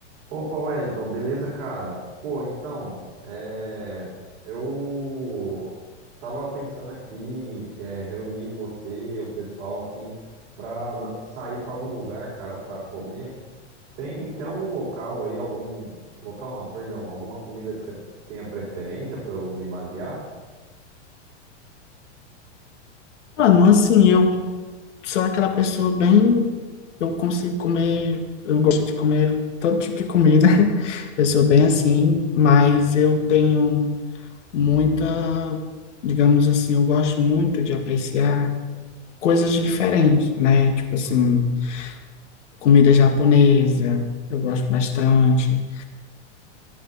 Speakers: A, on the right (about 45°); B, on the left (about 80°).
A: Opa, Wellington, beleza, cara? Pô, então, é, eu tava pensando aqui em é, reunir você, o pessoal, assim, pra sair pra algum lugar, cara, pra comer. Tem, tem algum local aí, algum... Local não, perdão, alguma comida que você tenha preferência pra eu me basear?
B: Mano, assim, eu sou aquela pessoa bem. Eu consigo comer, eu gosto de comer todo tipo de comida. <laughs> Eu sou bem assim, mas eu tenho muita, digamos assim, eu gosto muito de apreciar coisas diferentes, né? Tipo assim, comida japonesa, eu gosto bastante.